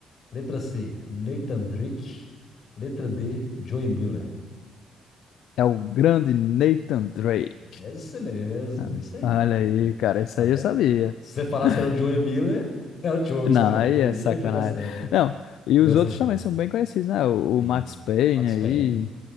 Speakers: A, on the left; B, on the left.
A: Letra C, Nathan Drake. Letra D, Joey Miller.
B: É o grande Nathan Drake.
A: Esse mesmo,
B: Ah,
A: isso aí, acertou.
B: Olha aí, cara, isso
A: Tá
B: aí
A: vendo?
B: eu sabia.
A: Se você falasse
B: <laughs>
A: que era o Joey Miller, <laughs> é o Joey,
B: Não,
A: você tá ligado?
B: aí
A: O Joey
B: é
A: Miller
B: sacanagem.
A: é o Joey da série, né?
B: Não, e os
A: The Last
B: outros
A: of
B: também
A: Us.
B: são bem conhecidos, né? O,
A: Sim.
B: o Max Payne
A: Max
B: aí.
A: Payne.